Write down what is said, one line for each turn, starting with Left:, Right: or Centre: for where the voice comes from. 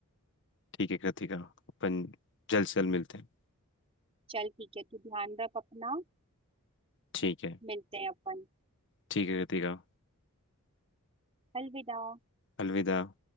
Left: ठीक है कृतिका अपन जल्द से जल्द मिलते हैं
Right: चल ठीक है तू ध्यान रख अपना
Left: ठीक है
Right: मिलते हैं अपन
Left: ठीक है कृतिका
Right: अलविदा
Left: अलविदा